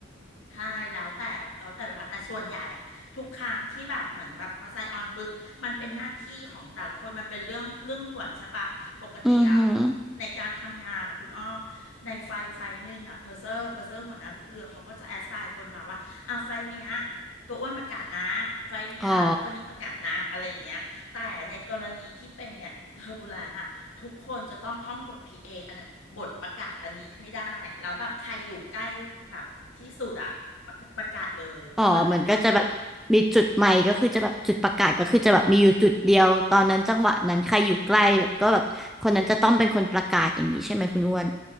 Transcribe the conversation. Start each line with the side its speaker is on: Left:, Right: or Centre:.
Left: ใช่แล้วแต่แล้วแต่เวลาแต่ส่วนใหญ่อะทุกครั้งที่แบบเหมือนแบบพอไซออนปุ๊บมันเป็นหน้าที่ของแต่ละคนมันเป็นเรื่องเรื่องด่วนใช่ปะปกติอะ
Centre: อือหือ
Left: ในการทำงานอะคุณอ้อในไฟไฟหนึ่งอะเพอร์เซอร์เพอร์เซอร์หัวหน้าลูกเรือเขาก็จะแอสไซน์คนมาว่าอ่ะไฟเนี้ยตัวอ้วนประกาศนะไฟเนี้ยคนนี้ประกาศนะอะไรอย่างเงี้ยแต่ในกรณีที่เป็นเนี่ยเทอร์บูลนอะ
Centre: อ๋อ
Left: ทุกคนจะต้องท่องบท PA ออันนั้นบทประกาศอันนี้ให้ได้แล้วแบบใครอยู่ใกล้แบบที่สุดอะประประกาศเลยเพราะมันเป็นเรื่องด่วน
Centre: อ๋อมันก็จะแบบมีจุดใหม่ก็คือจะแบบจุดประกาศก็คือจะแบบมีอยู่จุดเดียวตอนนั้นจังหวะนั้นใครอยู่ใกล้แบบก็แบบคนนั้นจะต้องเป็นคนประกาศอย่างนี้ใช่ไหมคุณอ้วน